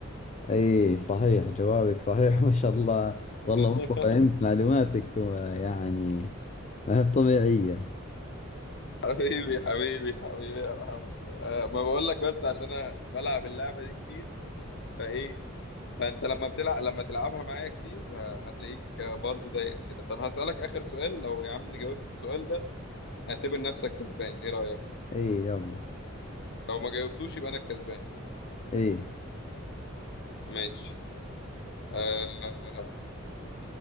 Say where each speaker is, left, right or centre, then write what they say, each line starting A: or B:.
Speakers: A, on the left (about 35°); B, on the left (about 60°).
A: اي صحيح جوابك صحيح <laughs> ما شاء الله والله
B: <laughs>
A: مصطفى انت معلوماتك يعني ما هي بطبيعية
B: حبيبي حبيبي حبيبي يا محمد أه ما بقول لك بس عشان انا بلعب اللعبه دي كتير فايه فانت لما بتلعب لما تلعبها معايا كتير آه، هتلاقيك آه، برضو دايس كده طب هسألك اخر سؤال لو يا عم جاوبت السؤال ده اعتبر نفسك كسبان ايه رأيك
A: اي يلا
B: لو ما جاوبتوش يبقى انا الكسبان
A: اي
B: ماشي أه